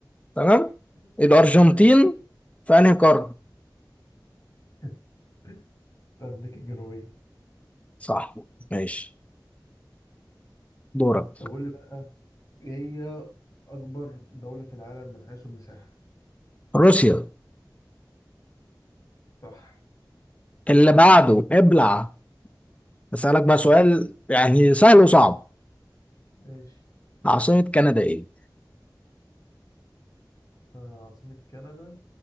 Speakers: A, on the left; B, on the left.
A: تمام
B: ماشي
A: الارجنتين
B: ماشي
A: في انهي قارة
B: <laughs> في أمريكا الجنوبية
A: صح ماشي دورك
B: طب قول لي بقى إيه هي أكبر دولة في العالم من حيث المساحة
A: روسيا
B: صح
A: اللي بعده
B: إجابة
A: ابلع بسألك بقى سؤال يعني سهل وصعب
B: ماشي
A: عاصمة كندا ايه؟
B: آه، عاصمة كندا